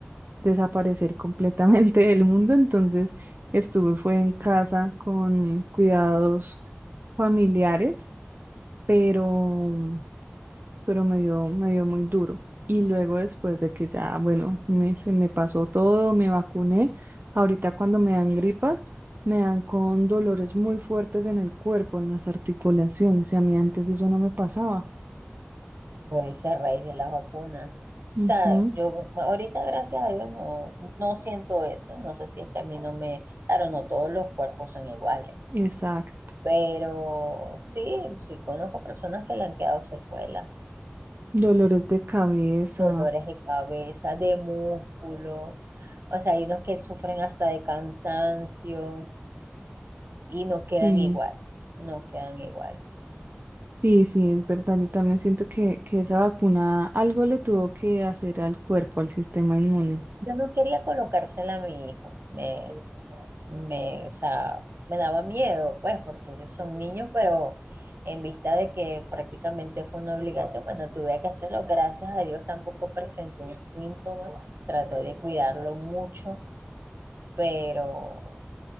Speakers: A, on the right; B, on the right.
A: desaparecer completamente <laughs> del mundo, entonces estuve fue en casa con cuidados familiares, pero pero me dio, me dio muy duro. Y luego después de que ya, bueno, me, se me pasó todo, me vacuné, ahorita cuando me dan gripas, me dan con dolores muy fuertes en el cuerpo, en las articulaciones, y a mí antes eso no me pasaba.
B: puede ser a raíz de la vacuna. O
A: Ujú,
B: sea, yo ahorita, gracias a Dios, no, no siento eso. No sé si es que a mí no me... Claro, no todos los cuerpos son iguales.
A: exacto.
B: Pero sí, sí conozco personas que le han quedado secuelas,
A: Dolores de cabeza,
B: dolores de cabeza, de músculo. O sea, hay unos que sufren hasta de cansancio y no quedan
A: sí.
B: igual, no quedan igual.
A: Sí, sí, es verdad. Yo también siento que, que esa vacuna algo le tuvo que hacer al cuerpo, al sistema inmune.
B: Yo no quería colocársela a mi hijo, me, me, o sea, me daba miedo, pues, porque ellos son niños, pero en vista de que prácticamente fue una obligación, bueno, tuve que hacerlo. Gracias a Dios tampoco presentó un síntoma, traté de cuidarlo mucho pero